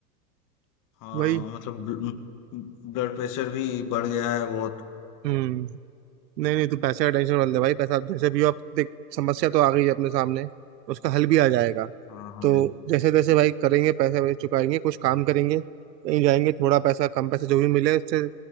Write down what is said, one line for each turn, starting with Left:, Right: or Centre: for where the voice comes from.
Left: हाँ
Right: वही
Left: मतलब ब्लड प्रेशर भी बढ़ गया है बहुत
Right: हम्म नहीं नहीं तू पैसे का टेंशन मत ले भाई पैसा जैसे भी हो आप देख समस्या तो आ गई है अपने सामने उसका हल भी आ जाएगा
Left: हाँ हाँ
Right: तो
Left: भाई
Right: जैसे तैसे भाई करेंगे पैसे वैसे चुकाएंगे कुछ काम करेंगे कहीं जाएंगे थोड़ा पैसा कम पैसे जो भी मिले उससे